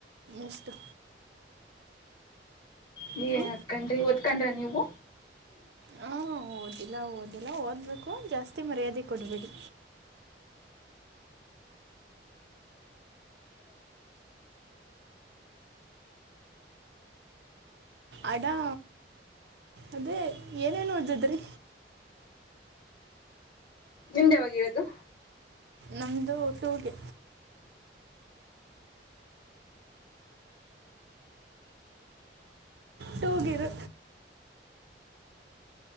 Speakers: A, on the right (about 70°); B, on the left (about 25°).
A: ಎಷ್ಟತು
B: ನೀ
A: ಹ್ಞೂ
B: ಏನ್ ಹೊತ್ಕೊಂಡ್ರಿ ಹೊತ್ಕೊಂಡ್ರ ನೀವು
A: ಹಾಂ ಓದಿಲ್ಲ ಓದಿಲ್ಲ ಓದಬೇಕು ಜಾಸ್ತಿ ಮರ್ಯಾದೆ ಕೊಡಬೇಡಿ ಅಡಾ ಅದೇ ಏನೇನು ಹೊದಿದ್ರಿ
B: ನಿಂದೆವರೋದು
A: ನಮ್ಮದು ಟೂಗೆ ಟು ಬೀರು